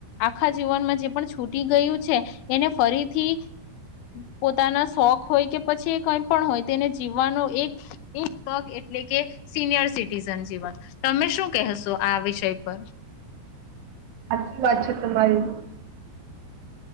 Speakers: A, on the left; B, on the right.
A: આખા જીવનમાં જે પણ છૂટી ગયું છે એને ફરીથી પોતાના શોખ હોય કે પછી કંઈ પણ હોય જેને જીવવાનો એક એક તક એટલે કે સિનિયર સિટીઝન જીવન. તમે શું કહેશો આ વિષય પર?
B: સાચી વાત છે તમારી.